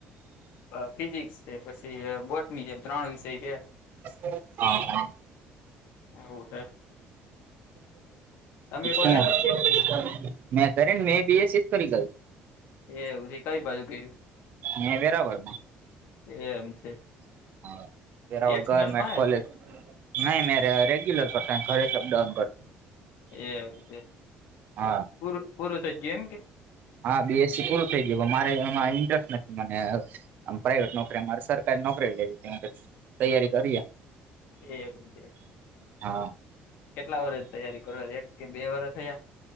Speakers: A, on the left; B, on the right.
A: અ ફિઝિક્સ છે પછી અ બોટની છે એ ત્રણ વિષય છે.
B: હ હ.
A: એવું છે તમે કોલેજ
B: હમ્મ,
A: નથી કરી
B: મે કરીને મેં એ બી એસ સી કરી <unintelligible>
A: એવું છે કઈ બાજુ કર્યું?
B: મેં વેરાવળમાં
A: એમ છે.
B: હ વેરાવલ
A: એક્સનલમાં
B: ગવર્મેન્ટ કોલેજ. નઈ નઈ રે રેગ્યુલર કરતાં ઘરેથી અપડાઉન કરતો.
A: એવુ છે
B: હા
A: પૂરું પૂરું થયું ગયું એમ કે?
B: હા બી એસ સી પૂરું થઈ ગયું મારે એમાં ઈન્ટરેસ્ટ નથી મને. આમ પ્રાાઈવેટ નોકરી અમારે સરકારી નોકરી લેવી છે પછી તૈયારી કરીએ.
A: એવું છે.
B: હા.
A: કેટલા વરષ તૈયારી કરો એક કે બે વરષ થયા?